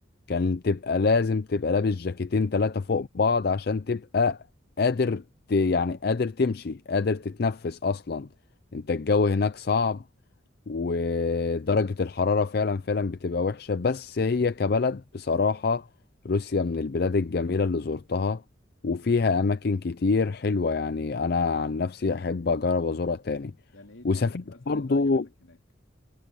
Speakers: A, on the left (about 50°); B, on the left (about 75°).
A: كان تبقى لازم تبقى لابس جاكيتين تلاتة فوق بعض عشان تبقى قادر ت... يعني قادر تمشي قادر تتنفس أصلا انت الجو هناك صعب ودرجة الحرارة فعلا فعلا بتبقى وحشة بس هي كبلد بصراحة روسيا من البلاد الجميلة اللي زرتها وفيها أماكن كتير حلوة يعني أنا عن نفسي أحب أجرب أزورها تاني
B: يعني ايه الاماكن
A: وسافرت
B: مثلا
A: برضو
B: اللي عجبتك هناك